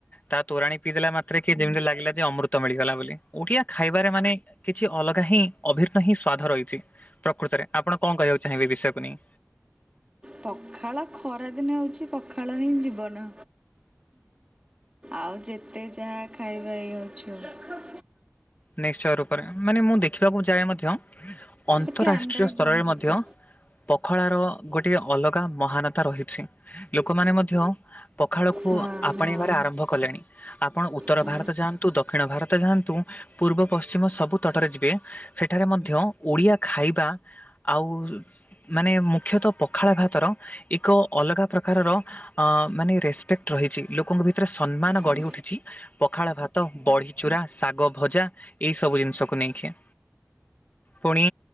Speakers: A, on the left; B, on the right.
A: ତା ତୋରାଣୀ ପିଇଦେଲା ମାତ୍ରେ କେ ଯେମିତି ଲାଗିଲା ଯେ ଅମୃତ ମିଳିଗଲା ବୋଲି ଓଡିଆ ଖାଇବାରେ ମାନେ କିଛି ଅଲଗା ହିଁ ଅଭିର୍ନ ହିଁ ସ୍ଵାଧ ରହିଛି ପ୍ରକୃତରେ ଆପଣ କଁ କହିବାକୁ ଚାହିଁବେ ଏଇ ବିଷୟକୁ ନେଇ।
B: ପଖାଳ ଖରା ଦିନେ ହୋଉଚି ପଖାଳ ହିଁ ଜୀବନ। ଆଉ ଯେତେ ଯାହା ଖାଇବା ଇଏ ହୋଉଛି ହୋଉ।
A: ନିଶ୍ଚୟ ରୁପରେ ମାନେ ମୁଁ ଦେଖିବାକୁ ଯାଏ ମଧ୍ୟ ଅନ୍ତରାଷ୍ଟ୍ରୀୟ
B: ଏ ଫ୍ୟାନ୍ ଟା ବି
A: ସ୍ତରରେ
B: ବନ୍ଦ କରିଦେ।
A: ମଧ୍ୟ ପଖଳାର ଗୋଟିଏ ଅଲଗା ମହାନତା ରହିଛି ଲୋକୋମାନେ ମଧ୍ୟ ପଖାଳକୁ
B: ହଁ
A: ଆପଣେଇବାରେ
B: ହଁ
A: ଆରମ୍ଭ କଲେଣି ଆପଣ ଉତ୍ତର
B: ହଁ।
A: ଭାରତ ଯାଆନ୍ତୁ ଦକ୍ଷିଣ ଭାରତ ଯାଆନ୍ତୁ। ପୂର୍ବ ପଶ୍ଚିମ ସବୁ ତଟରେ ଯିବେ ସେଠାରେ ମଧ୍ୟ ଓଡ଼ିଆ ଖାଇବା ଆଉ ମାନେ ମୁଖ୍ୟତଃ ପଖାଳ ଭାତର ଏକ ଅଲଗା ପ୍ରକାରର ଅଁ ମାନେ ରେସ୍ପେକ୍ଟ ରହିଛି ଲୋକୋଙ୍କ ଭିତରେ ସମ୍ମାନ
B: ହୁଁ
A: ଗଢ଼ିଉଠିଛି। ପଖାଳ ଭାତ ବଢି ଚୁରା ଶାଗ ଭଜା ଏଇ ସବୁ ଜିନିଷକୁ ନେଇକି। ପୁଣି